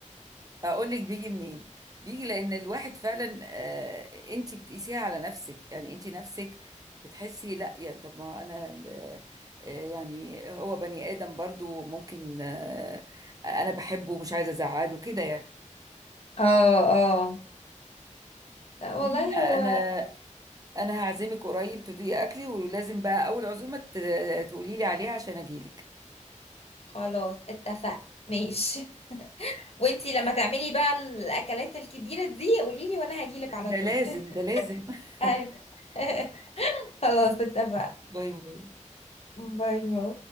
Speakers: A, on the right; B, on the left.
A: اقول لك بيجي منين بيجي لان الواحد فعلا آه، انت بتقيسيها على نفسك يعني انت نفسك بتحسي لا يعني طب ما انا ال- آه، يعني هو بني ادم برضو ممكن آه، انا بحبه ومش عايزه ازعله كده يعني
B: اه اه لا
A: عموما
B: والله هو
A: انا انا هعزمك قريب تدوقي اكلي ولازم بقى اول عزومه ت- تقولي لي عليها عشان اجيلك
B: خلاص اتفقنا ماشي وانتي لما تعملي بقى الاكلات الكبيره دي قوليلي وانا هجيلك على
A: ده
B: طول
A: لازم ده
B: <laughs>
A: لازم <laughs>
B: أيوة. <laughs> خلاص اتفقنا
A: باي باي
B: باي باي